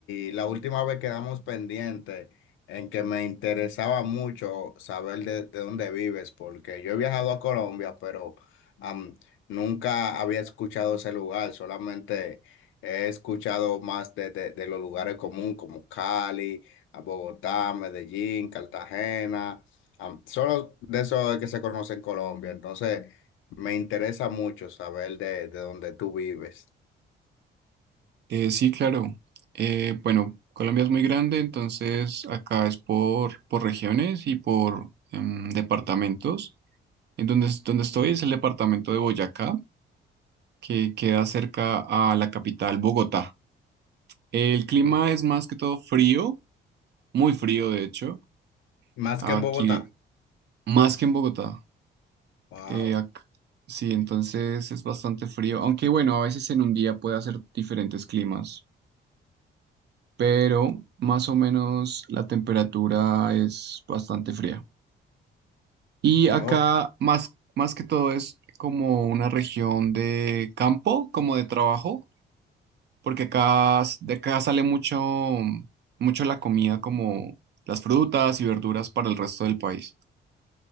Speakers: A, on the left; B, on the right.
A: y la última vez quedamos pendientes en que me interesaba mucho saber de, de dónde vives, porque yo he viajado a Colombia, pero am, nunca había escuchado ese lugar, solamente he escuchado más de, de- de los lugares comunes como Cali, a Bogotá, Medellín, Cartagena, am, solo de eso es que se conoce en Colombia, entonces... Me interesa mucho saber de, de dónde tú vives.
B: Eh, sí, claro. Eh, bueno, Colombia es muy grande, entonces acá es por, por regiones y por em, departamentos. En donde, es- donde estoy es el departamento de Boyacá, que queda cerca a la capital, Bogotá. El clima
A: M-
B: es más que todo frío, muy frío de hecho,
A: Más
B: aquí
A: que en Bogotá.
B: más que en Bogotá.
A: Wow.
B: Eh, ac- sí, entonces es bastante frío, aunque bueno, a veces en un día puede hacer diferentes climas, pero más o menos la temperatura es bastante fría. Y acá
A: Ok,
B: más, más que todo es como una región de campo, como de trabajo, porque acá s- de acá sale mucho, mucho la comida como las frutas y verduras para el resto del país.